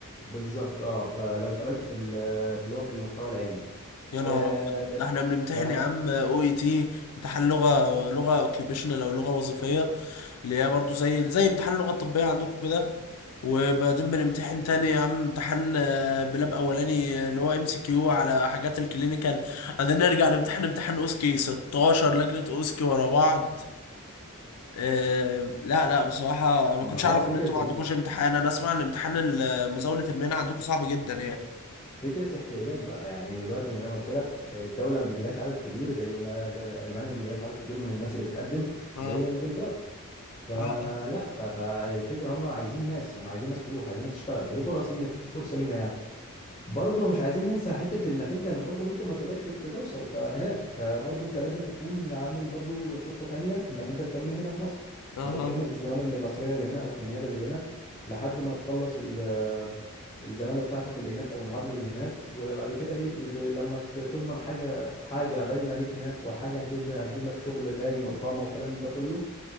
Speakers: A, on the left; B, on the left.
A: بالظبط اه فلو اتقبلت في ال- في اللي هو في المحتوى العلمي
B: يا نهار
A: آه
B: أبيض ده إحنا بنمتحن
A: ف
B: يا عم أو إي تي امتحان لغة لغة اوكيوبيشنال أو لغة وظيفية اللي هي برضو زي زي امتحان لغة طبية عندكم كده وبعدين بنمتحن تاني يا عم امتحان آه، بلاب اولاني آه، اللي هو ام سي كيو على حاجات الكلينيكال بعدين نرجع نمتحن امتحان اوسكي 16 لجنة اوسكي ورا بعض آه، لا لا بصراحة ما
A: ما
B: كنتش
A: هو
B: اعرف
A: فكره
B: ان انتوا ما عندكوش
A: ال...
B: امتحان انا اسمع ان امتحان ال- مزاولة المهنة عندكم صعب جدا يعني
A: فكره الاحتياجات بقى يعني دلوقتي زي ما قلت لك الدوله ما بيجيلهاش عدد كبير زي زي المانيا ما بيجيلهاش عدد كبير من الناس اللي بتقدم
B: اه
A: زي انجلترا فلا
B: اه
A: ف... فالفكره هم عايزين ناس هم عايزين ناس تروح عايزين ناس تشتغل فدي فرص لينا في فرصه لينا يعني برضه مش عايزين ننسى حته انك انت لو برضه ممكن ما تقدرش ت- توصل فهناك فبرضه انت لازم تكون عامل برضه خطه تانيه انك انت تكمل هنا في مصر
B: اه
A: انت تكمل في الزماله المصريه اللي هنا او في النيابه اللي هنا لحد ما تخلص ال الزماله بتاعتك اللي هناك او المعادله اللي هناك وبعد كده ايه ل- لما ت- تضمن حاجه حاجه دايمه ليك هناك وحاجه هتجيب هتجيب لك شغل دايم واقامه وكلام من ده كله